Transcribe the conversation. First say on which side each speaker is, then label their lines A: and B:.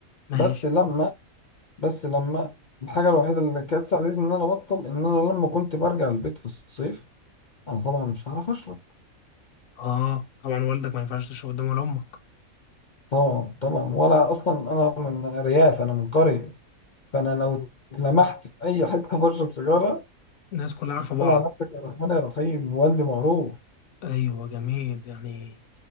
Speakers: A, on the left; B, on the left.
A: ماشي
B: بس لما بس لما الحاجة الوحيدة اللي كانت ساعدتني ان انا ابطل ان انا لما كنت برجع البيت في الصيف انا طبعا مش هعرف اشرب
A: اه طبعا والدك ما ينفعش تشرب قدام ولا امك
B: طبعا طبعا ولا اصلا انا من ارياف انا من قريه فانا لو لمحت في اي حته <laughs> بشرب سيجاره
A: الناس كلها عارفه بعض
B: قول على نفسك يا رحمن يا رحيم والدي معروف
A: ايوه جميل يعني